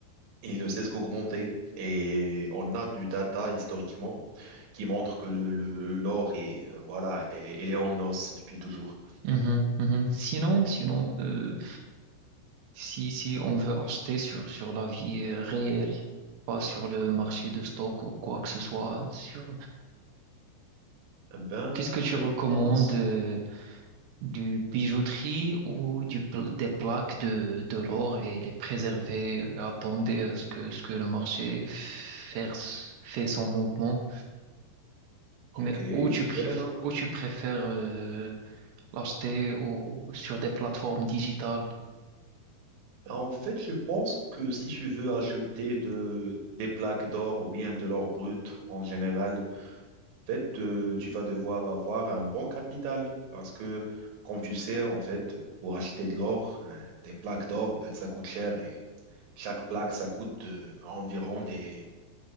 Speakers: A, on the right (about 60°); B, on the right (about 80°).
A: il ne cesse qu'augmenter. Et on a du data historiquement qui montre que le, le- l'or est, euh, voilà, elle est, elle est en os depuis toujours.
B: mhm, mhm. Sinon, sinon, euh, si, si on veut acheter sur, sur la vie euh, réelle, pas sur le marché de stock ou quoi que ce soit, sur,
A: Eh Ben,
B: qu'est-ce que tu
A: je
B: recommandes?
A: pense.
B: euh, du bijouterie ou du, pl- des plaques de, de l'or et les préserver, attendez à ce que, ce que le marché faire, fait son mouvement.
A: Ok,
B: Mais où tu, préf-
A: quel or?
B: où tu préfères euh, l'acheter au- sur des plateformes digitales?
A: Ben, En fait, je pense que si tu veux acheter de, des plaques d'or ou bien de l'or brut en général, en fait, euh, tu vas devoir avoir un bon capital parce que, comme tu sais, en fait, pour acheter de l'or, euh, des plaques d'or, en fait, ça coûte cher et chaque plaque, ça coûte euh, environ des